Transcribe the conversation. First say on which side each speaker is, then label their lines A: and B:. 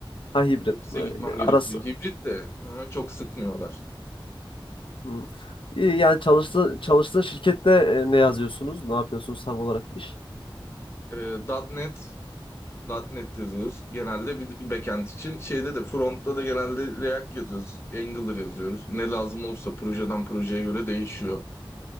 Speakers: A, on the left (about 70°); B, on the left (about 30°).
A: Ha hibrit.
B: Ofise gitmem
A: E, Arası.
B: gerekiyor. Hibrit de hı, çok sıkmıyorlar.
A: Hmm. İyi, yani çalıştığın, çalıştığın şirkette e, ne yazıyorsunuz? Ne yapıyorsunuz tam olarak iş?
B: Ee, .nokta .NET, .nokta .NET yazıyoruz. Genelde bir backend için. Şeyde de frontta da genelde React yazıyoruz. Angular yazıyoruz. Ne lazım olursa projeden projeye göre değişiyor.